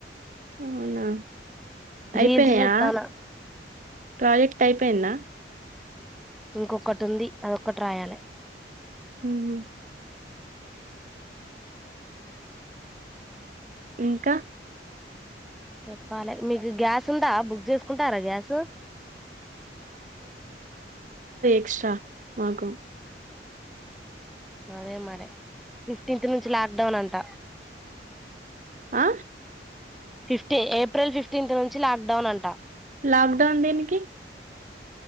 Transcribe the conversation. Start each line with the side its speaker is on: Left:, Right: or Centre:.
Right: అవునా అయిపోయినాయా
Centre: రీల్స్ సూత్తాన్నా
Right: ప్రాజెక్ట్ అయిపోయిందా
Centre: ఇంకొక్కటి ఉంది అదొక్కటి రాయాలె
Right: హ్మ్ హు ఇంకా
Centre: చెప్పాలె మీకు గ్యాస్ ఉందా బుక్ చేసుకుంటారా గ్యాసు
Right: ఇస్సా మాకు
Centre: అదే మరే ఫిఫ్టీన్త్ నుంచి లాక్డౌన్ అంట
Right: ఆ
Centre: ఫిఫ్టీ ఏప్రెల్ ఫిఫ్టీన్త్ నుంచి లాక్ డౌన్ అంట
Right: లాక్డౌన్ దేనికి